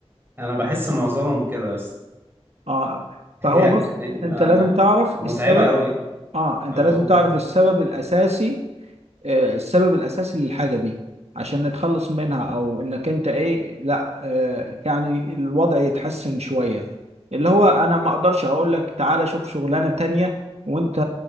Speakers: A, on the right; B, on the right.
A: أنا بحس معظمهم كده بس
B: اه
A: <laughs>
B: فهو
A: يعني
B: بص انت
A: آه
B: لازم تعرف
A: متعبة
B: السبب
A: أوي
B: اه انت
A: اه
B: لازم
A: قول
B: تعرف السبب الاساسي آه، السبب الأساسي للحاجة دي عشان نتخلص منها أو إنك أنت إيه لا آه، يعني الوضع يتحسن شوية اللي هو أنا ما أقدرش أقول لك تعالى شوف شغلانة تانية وأنت